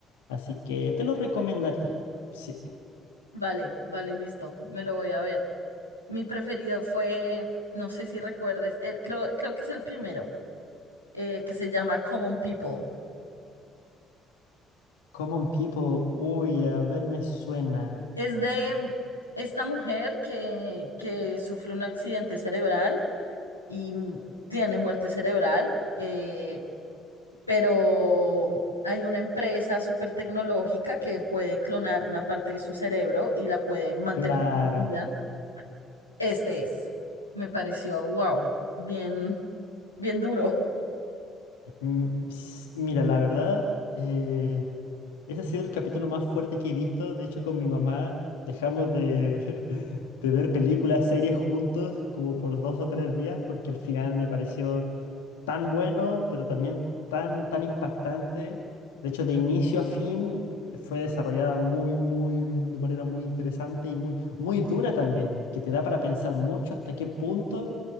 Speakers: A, on the left; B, on the left.
A: Así que te lo recomendaría. Sí. C-
B: Vale, vale, listo, me lo voy a ver. Mi preferido fue, no sé si recuerdes, eh, creo, creo que es el primero, eh, que se llama Common People.
A: Common People, uy, a ver, me suena.
B: Es de esta mujer que, que sufre un accidente cerebral y m- tiene muerte cerebral, eh, pero hay una empresa súper tecnológica que puede clonar una parte de su cerebro y la puede mantener
A: Claro.
B: con vida. Este es, me pareció, wow, bien, bien duro.
A: Mm, s- Mira, la verdad, eh, ese ha sido el capítulo más fuerte que he visto. De hecho, con mi mamá dejamos de, <laughs> de ver películas, series juntos como por dos o tres días, porque el final me pareció tan bueno, pero también tan, tan impactante. De hecho, de inicio a fin fue desarrollada muy, muy, de manera muy interesante y muy, muy dura también, que te da para pensar mucho hasta qué punto